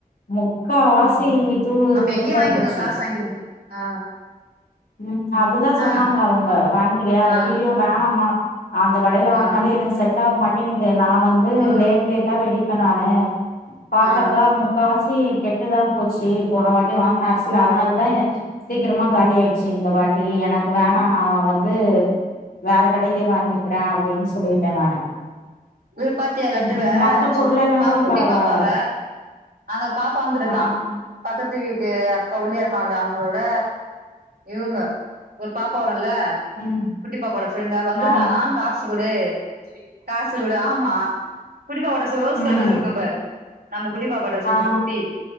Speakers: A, on the left; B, on the right.
A: முக்கா வாசி
B: ம்
A: இதுவு
B: அப்ப
A: கெட்டுதா
B: இங்கயே வாங்கிக்கோங்க
A: போச்சு
B: காசு வாங்கிக்கினு ஆ
A: ம் அதுதா சொன்னாங்க
B: ஆ
A: அவங்க வாங்கிக்கிறியா
B: ஆ
A: அய்யயோ வேணாமா அந்த கடையில வாங்குனாலே
B: ஆ
A: எனக்கு செட் போமாட்டிங்குது அது நா வந்து
B: ஆ
A: லேட் லேட்டா வெடிப் <unintelligible> இப்ப நானு பாப்பாக்கா
B: ஆ ஆ
A: முக்காவாசி வாசி கெட்டுதா போச்சு போன வாட்டி வாங்குன அரிசில அதனால தா சீக்கிரமா காலி ஆயிடுச்சு இந்த வாட்டி எனக் வேணா நா வந்து வேற கடைலியே வாங்கி ரா அப்டின்னு சொல்லிட்டே நானு
B: ஏ பாத்தியா லட்டுவ
A: ம் மத்த பொருள் எல்லா
B: பா
A: கூட
B: குட்டி
A: பரவால்ல
B: பாப்பாவ அவன் பாப்பா வந்துருக்கான்
A: ஆ
B: பக்கத்து வீட்டு அக்கா ஒல்லியா இருப்பாங்கள அவங்களோட இவங்க ஒரு பாப்பா <unintelligible>
A: ம்
B: குட்டி பாப்பாவோட பிரெண்ட் வந்திருக்காளா
A: ஆ
B: காசு குடு காசு குடு ஆமா குட்டிபாப்பாவோட டிரஸ் ரோஸ்
A: ம்
B: கலர் டிரஸ் இருக்கோ பாரு நம்ம குட்டி பாப்பாவோட டிரஸ் ஒன்னு
A: ஆ
B: குட்டி